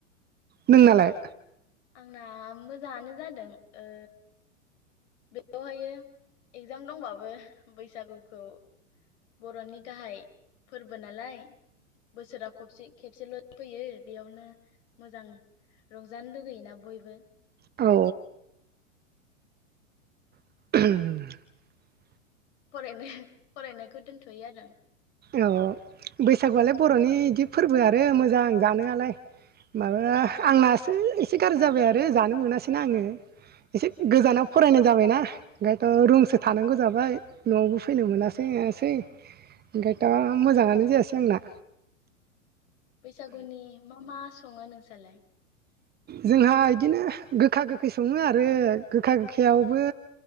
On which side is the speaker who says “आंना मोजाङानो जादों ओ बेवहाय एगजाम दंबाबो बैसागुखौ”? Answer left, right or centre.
Left